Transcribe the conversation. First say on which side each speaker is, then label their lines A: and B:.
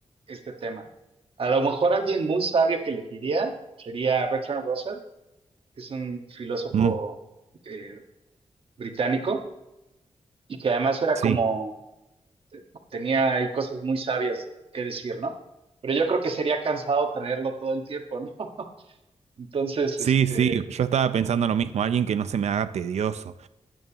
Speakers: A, on the right (about 55°); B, on the right (about 85°).
A: este tema. A lo mejor alguien muy sabio que elegiría sería Bertrand Russell, que es un filósofo
B: mm,
A: eh, británico y que además era
B: sí.
A: como, tenía ahí cosas muy sabias que decir, ¿no? Pero yo creo que sería cansado traerlo todo el tiempo, ¿no? Entonces,
B: Sí,
A: este,
B: sí, yo estaba pensando lo mismo, alguien que no se me haga tedioso.